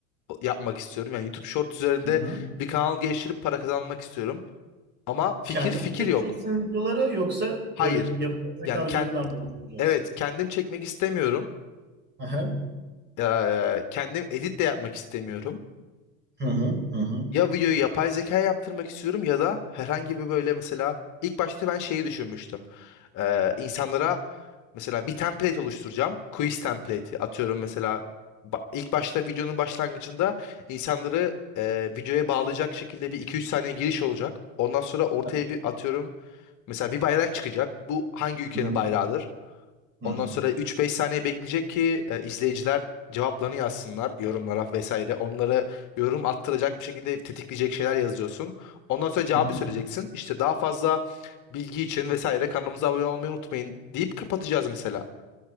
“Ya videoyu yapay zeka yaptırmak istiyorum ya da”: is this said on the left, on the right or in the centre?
Left